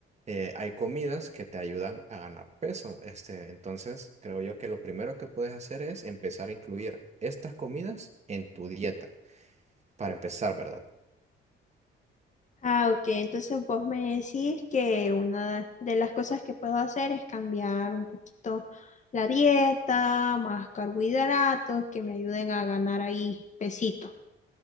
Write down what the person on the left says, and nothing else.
Ah, ok. Entonces vos me decís que una de las cosas que puedo hacer es cambiar un poquito la dieta, más carbohidratos que me ayuden a ganar ahí pesito.